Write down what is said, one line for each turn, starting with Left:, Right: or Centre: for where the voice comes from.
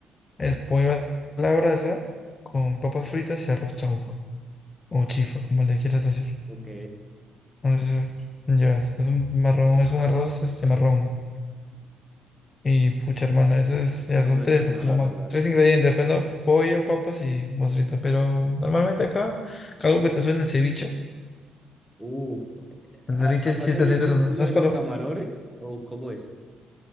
Left: Es pollo a la brasa con papas fritas y arroz chaufa. o chifa, como le quieras decir.
Centre: Ok,
Left: Entonces, ya, es, es un marrón, es un arroz, este marrón. Y pucha, hermano, eso es, ya
Centre: no
Left: son
Centre: me
Left: tres,
Centre: suena
Left: pues, como
Centre: la
Left: más-
Centre: verdad.
Left: tres ingredientes, pues, ¿no? Pollo, papas y mostrito. Pero normalmente acá, acá algo que te suena el ceviche.
Centre: Uh,
Left: El
Centre: ¿a-
Left: ceviche
Centre: ¿allá
Left: sí
Centre: se
Left: te
Centre: ceviche
Left: sientes
Centre: es
Left: no
Centre: lo
Left: ¿Sabes?
Centre: de
Left: Pero
Centre: los camarones? ¿O cómo es?